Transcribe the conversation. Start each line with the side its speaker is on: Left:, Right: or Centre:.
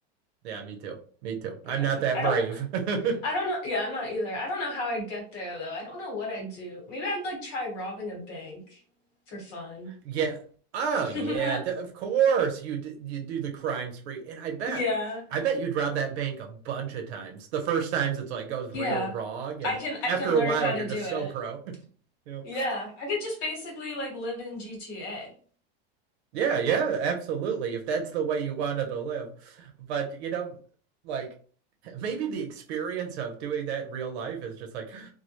Right: Yeah, me too. Me too.
Left: Yeah.
Right: I'm not that
Left: I don't
Right: brave. <laughs>
Left: I don't know. Yeah, I'm not either. I don't know how i get there though. I don't know what I'd do. Maybe I'd like try robbing a bank for fun.
Right: Yeah. Oh,
Left: <laughs>
Right: yeah. th- of course you d you do the crime spree, and I bet
Left: Yeah.
Right: I bet you'd rob that bank a bunch of times. The first times it's like goes
Left: Yeah.
Right: real wrong, and
Left: I can I
Right: after
Left: can learn
Right: a while
Left: how
Right: you're
Left: to do
Right: just
Left: it.
Right: so pro. <laughs> Yep.
Left: Yeah. I could just basically like live in GTA.
Right: Yeah, yeah, absolutely. If that's the way you wanted to live, but you know, like maybe the experience of doing that in real life is just like,